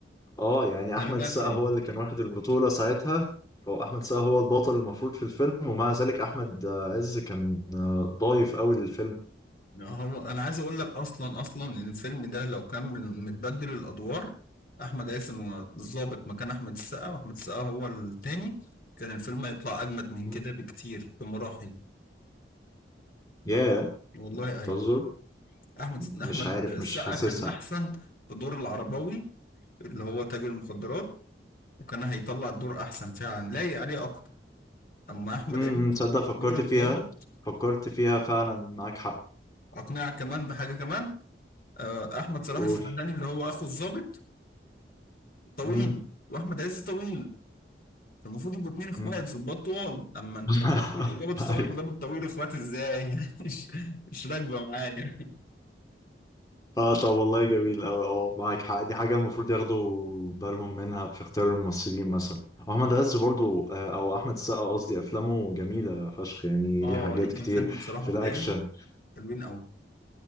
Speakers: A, on the left (about 20°); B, on the left (about 50°).
A: اه يعني
B: كان
A: احمد
B: باكله
A: السقا هو اللي كان واخد البطوله ساعتها فهو احمد السقا هو البطل المفروض في الفيلم ومع ذلك احمد عز كان آه، ضايف قوي للفيلم
B: هو انا عايز اقول لك اصلا اصلا ان الفيلم ده لو كان من- متبدل الادوار احمد عز م- الضابط مكان احمد السقا واحمد السقا هو التاني كان الفيلم هيطلع اجمد من
A: مم.
B: كده بكتير بمراحل
A: ياه yeah.
B: والله
A: تهزر
B: أيوه احمد
A: مش
B: احمد
A: عارف
B: السقا
A: مش حاسسها
B: كان احسن في دور العرباوي اللي هو تاجر المخدرات وكان هيطلع الدور احسن فعلا لايق عليه اكتر اما احمد
A: امم
B: عيد
A: تصدق فكرت
B: دور الضابط
A: فيها فكرت فيها فعلا معاك حق
B: اقنعك كمان بحاجه كمان آه، احمد صلاح
A: قول
B: السعداني اللي هو اخو الضابط طويل
A: امم
B: واحمد عز طويل فالمفروض يبقوا اتنين اخوات
A: امم
B: ظباط طوال اما انت
A: <laughs>
B: ظابط صلاح
A: أيوة.
B: وظابط طويل اخوات ازاي <laughs> يعني مش مش راكبه معايا
A: اه طب والله جميل اه اه معاك حق دي حاجة المفروض ياخدوا بالهم منها في اختيار الممثلين مثلا احمد عز برضو آه، او احمد السقا قصدي افلامه جميلة فشخ يعني
B: اه
A: ليه حاجات
B: ليه كام
A: كتير
B: فيلم بصراحه
A: في
B: قدام
A: الاكشن
B: حلوين قوي